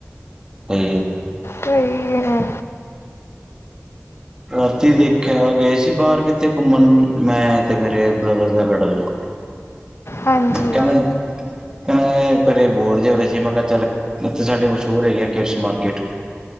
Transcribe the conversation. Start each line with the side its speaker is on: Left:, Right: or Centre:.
Right: ਤੇ।
Left: ਸਹੀ ਹੈ।
Right: ਰਾਤੀ ਦੇਖਿਆ, ਗਏ ਸੀ ਬਾਹਰ ਕਿੱਥੇ ਘੁੰਮਨ ਮੈਂ ਤੇ ਮੇਰੇ ਬ੍ਰਦਰ ਦਾ ਲੜਕਾ।
Left: ਹਾਂਜੀ
Right: ਕਿਵੇਂ ਕਹਿੰਦੇ ਘਰੇ ਬੋਰ ਜਏ ਹੋ ਰਹੇ ਸੀ ਮੈਂ ਕਿਹਾ ਚੱਲ ਇੱਥੇ ਸਾਡੇ ਮਸ਼ਹੂਰ ਹੈਗੇ ਕਿਡਸ ਮਾਰਕੀਟ।